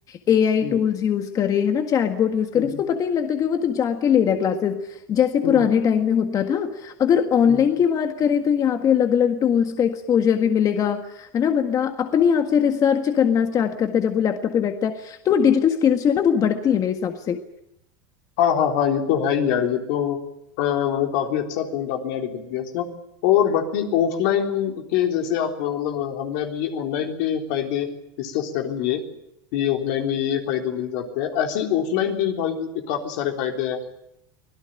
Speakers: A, on the left; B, on the left.
A: एआई
B: हम्म
A: टूल्स यूज करे है ना चैटबॉट यूज करे
B: हम्म
A: उसको पता ही नहीं लगता कि वो तो जाके ले रहा है क्लासेस जैसे
B: हम्म,
A: पुराने टाइम में होता था अगर ऑनलाइन
B: बिल्कुल
A: की बात करें तो यहाँ पे अलग अलग टूल्स का एक्सपोजर भी मिलेगा है ना बंदा अपने आप से रिसर्च करना स्टार्ट करता है जब वो लैपटॉप पे बैठता है तो वो डिजिटल स्किल्स जो है ना वो बढ़ती है मेरे हिसाब से
B: हाँ हाँ हाँ ये तो है ही यार ये तो अ, मतलब काफी अच्छा पॉइंट आपने ऐड कर दिया इसमें और बाकी ऑफलाइन के जैसे आप मतलब हमने अभी ये ऑनलाइन के फायदे डिस्कस कर लिए कि ऑफलाइन में ये ये फायदे मिल जाते हैं ऐसे ही ऑफलाइन के भी काफी काफी सारे फायदे हैं